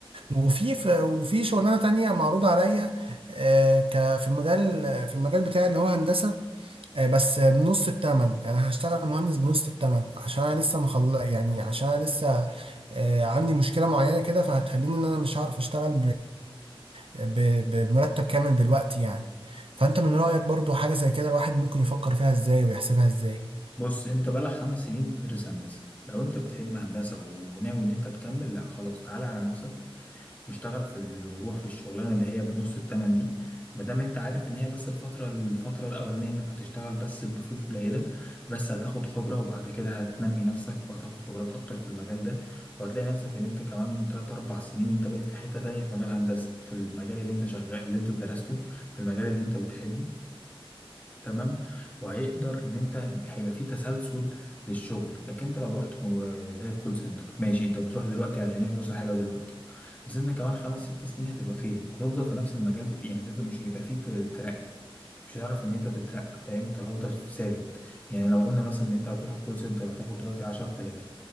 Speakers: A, on the right; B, on the left.
A: وفي ف- وفي شغلانة تانية معروضة عليا آه، ك- في المجال في المجال بتاعي اللي هو هندسة آه، بس بنص التمن يعني هشتغل مهندس بنص التمن عشان انا لسه مخل يعني عشان انا لسه آه، عندي مشكلة معينة كده فهتخليني ان انا مش هعرف اشتغل ب- بمرتب كامل دلوقتي يعني فانت من رأيك برضو حاجة زي كده الواحد ممكن يفكر فيها ازاي ويحسبها ازاي
B: بص انت بقالك خمس سنين بتدرس هندسه لو انت بتحب هندسه وناوي ان انت تكمل لا خلاص تعالى على نفسك واشتغل في ال... وروح في الشغلانه اللي هي بنص التمن دي ما دام انت عارف ان هي بس الفتره الفتره الاولانيه انك هتشتغل بس بفلوس قليله بس هتاخد خبره وبعد كده هتنمي نفسك وهتاخد خبرات اكتر في المجال ده وهتلاقي نفسك ان انت كمان 3 4 سنين انت بقيت في حته تانية في مجال هندسه في المجال اللي انت شغال اللي انت درسته في المجال اللي انت بتحبه تمام وهيقدر ان انت هيبقى في تسلسل للشغل لكن انت لو رحت كو- اللي هي الكول سنتر ماشي انت بتروح دلوقتي عشان هي فلوسها حلوه دلوقتي بس انت كمان خمس ست سنين هتبقى فين هتفضل في نفس المجال بت... يعني هتفضل- مش هيبقى فيه ت- ترقي مش هتعرف ان انت تترقى فاهم انت هتفضل ثابت يعني لو قلنا مثلا ان انت هتروح الكول سنتر هتاخد دلوقتي 10000